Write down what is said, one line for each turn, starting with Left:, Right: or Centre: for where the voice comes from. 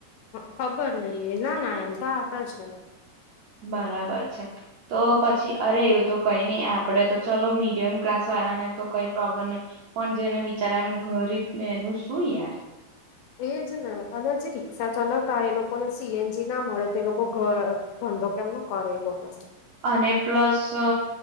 Left: ખબર નહીં. એ ના ના એમ તો આપે છે.
Right: બરાબર છે તો પછી અરે એવું તો કઈ ની આપણે તો. ચલો મીડિયમ ક્લાસ વાળાને તો કઈ પ્રોબ્લેમ નહીં પણ જેને બી બચારાનું ગરીબ ને એનું શું યાર.
Left: એ જ ને અને જે રિક્ષા ચાલવતા એ લોકોને સી એન જી ના મળે તો લોકો ઘ ધંધો કેમ નો કરે એ લોકો.
Right: અને પ્લસ અ